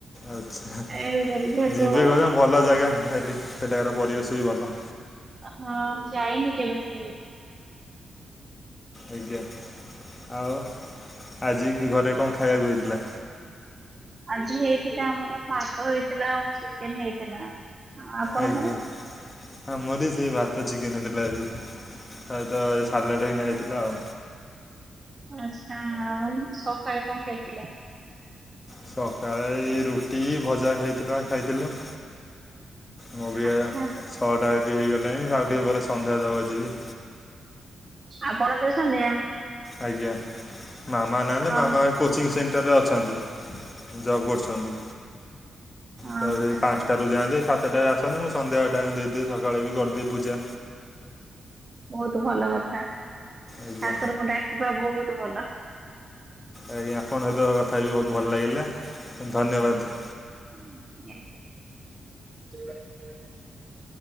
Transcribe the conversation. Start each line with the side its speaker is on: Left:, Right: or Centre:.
Left: ଆଚ୍ଛା
Right: ଏ ଯେହେତୁ
Left: ଯିବେ
Right: ହଁ
Left: କହ ଭଲ ଜାଗା ସେଠି ସେଠାକାର ପରିବେଶ ବି ଭଲ।
Right: ହଁ ମୁଁ ଯାଇନି କେବେ ସେ।
Left: ଆଜ୍ଞା ଆଉ ଆଜି ଘରେ କଣ ଖାଇବାକୁ ହେଇଥିଲା।
Right: ଆଜି ହେଇଥିଲା ଆମର ଭାତ ହେଇଥିଲା ଆଉ ଚିକେନ ହେଇଥିଲା। ଆପଣଙ୍କର?
Left: ଆଜ୍ଞା ହଁ ମୋରି ସେଇ ଭାତ ଚିକେନ୍ ହେଇଥିଲା ଆଜି। ସତ ଏଇ ସାଲାଡ ହେଇନା ହେଇଥିଲା ଆଉ
Right: ଆଚ୍ଛା ଆଉ ସକାଳେ କଣ ଖାଇଥିଲେ?
Left: ସକାଳେ ଏ ରୁଟି ଭଜା ଖାଇଥିଲୁ ଖାଇଥିଲୁ। ମୁଁ ବି
Right: ଆଚ୍ଛା
Left: ଶଅଟା ବି ହେଇଗଲାଣି ଆଉ ଟିକେ ପରେ ସନ୍ଧ୍ୟା ଦବକୁ ଯିବି।
Right: ଆପଣ ଦଉଛନ୍ତି ସନ୍ଧ୍ୟ।
Left: ଆଜ୍ଞା ମାମା ନହେଲେ
Right: ହଁ
Left: ମାମା କୋଚିଂ ସେଣ୍ଟରରେ ଅଛନ୍ତି। ଜବ୍ କରୁଛନ୍ତି
Right: ହଁ
Left: ତ ସେଇ
Right: ଆଚ୍ଛା
Left: ପାଞ୍ଚଟାରୁ ଯାଆନ୍ତି ସାତଟାରେ ଆସନ୍ତୁ ମୁଁ ସନ୍ଧ୍ୟା ଟାଇମ୍ ଦେଇଦେବି ସକାଳେ ବି କରିଦେବି ପୂଜା।
Right: ବହୁତ ଭଲ କଥା ଠାକୁରଙ୍କୁ
Left: ଆଜ୍ଞା
Right: ଡାକିବା ବହୁତ ଭଲ।
Left: ଆଜ୍ଞା ଆପଣଙ୍କ ସହ କଥା ହେଇକି ବହୁତ ଭଲ ଲାଗିଲା ଧନ୍ୟବାଦ।
Right: ହୁଁ <inaudible>